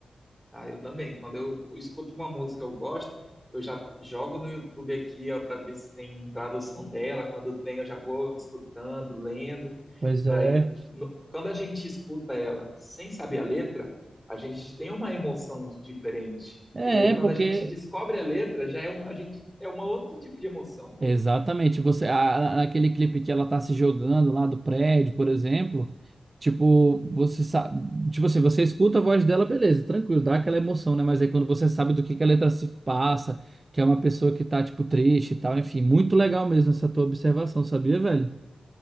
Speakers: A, in the centre; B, on the right.
A: Ah, eu também. Quando eu escuto uma música que eu gosto, eu já jogo no YouTube aqui, ó, para ver se tem tradução dela. Quando tem, eu já vou escutando, lendo.
B: Pois
A: Pra
B: é.
A: aí- no- quando a gente escuta ela sem saber a letra, a gente tem uma emoção diferente.
B: É,
A: E aí, quando
B: porque
A: a gente descobre a letra, já é uma, a gente, é uma outro tipo de emoção.
B: Exatamente. Você, a- a- naquele clipe que ela tá se jogando lá do prédio, por exemplo, tipo, você sabe, tipo assim, você escuta a voz dela, beleza, tranquilo, dá aquela emoção, né? Mas aí quando você sabe do que que a letra se passa, que é uma pessoa que tá, tipo, triste e tal, enfim, muito legal mesmo essa tua observação, sabia, velho?